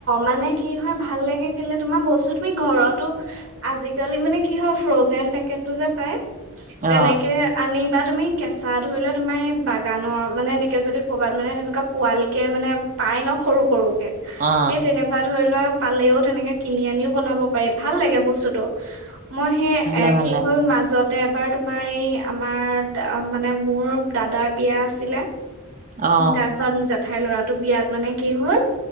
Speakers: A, on the right (about 65°); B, on the right (about 40°).
A: মানে কি হয় ভাল লাগে কেলে তোমাৰ বস্তু তুমি ঘৰতো আজিকালি মানে কি হয় ফ্ৰজেন পেকটটো যে পায়।
B: অ
A: তেনেকে আনি বা তুমি কেঁচা ধৰি লোৱা তোমাৰ এই বাগানৰ মানে এনেকে যদি ক'বাত মানে তেনেকুৱা পোৱালি কে। মানে পাই ন সৰু সৰুকে
B: অ
A: সেই তেনেকুৱা ধৰি লোৱা পালেও তেনেকে কিনি আনিও বনাব পাৰি ভাল লাগে বস্তুতোটো। মই সেই
B: ভালে
A: এ
B: ভালে
A: কি হ'ল মাজত তে এবাৰ তোমাৰ এই আমাৰ মানে মোৰ দাদাৰ বিয়া আছিলে।
B: অ
A: তাৰপিছত জেঠাই ল'ৰা বিয়াত মানে কি হ'ল